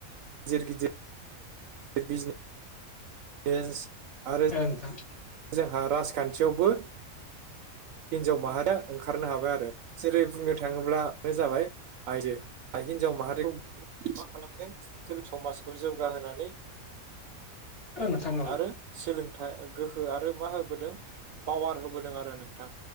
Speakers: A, on the right; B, on the left.
A: दिर गिदिर दिर बिजिने नेस आरो
B: ओं नोंथां
A: जोंहा राजखान्थियावबो हिनजाव माहारिया ओंखारनो हाबाय आरो जेरै- बुंनो थाङोब्लानो जाबाय आयजो हिनजाव माहारिखौ मा खालामदों समाजखौ जौगाहोनानै
B: औ नोंथां औ नोंथां
A: आरो सोलोंथा गोहो हो आरो मा होबोदों पावार होबोदों आरो नोंथां